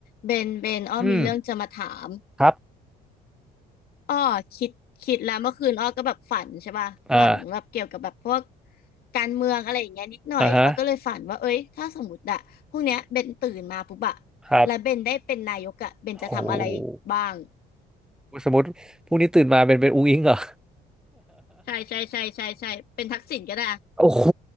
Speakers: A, on the left (about 65°); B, in the centre.
A: เบนเบนอ้อมีเรื่องจะมาถาม
B: อืมครับ
A: อ้อคิดคิดแล้วเมื่อคืนอ้อก็แบบฝันใช่ป่ะฝันแบบเกี่ยวกับแบบพวก
B: อ่า
A: การเมืองอะไรอย่างเงี้ยนิดหน่อยอ้อก็เลยฝันว่าเอ้ยถ้าสมมติอะพวกเนี้ยเบนตื่นมาปุ๊บอะ
B: อ่าฮะครับ
A: แล้วเบนได้เป็นนายกอะเบนจะทำอะไรบ้าง
B: โหสมมติพรุ่งนี้ตื่นมาเป็นเป็นอุ้งอิงเหรอ
A: ใช่ใช่ใช่ใช่ใช่เป็นทักษิณก็ได้อะ
B: <laughs> โอ้โห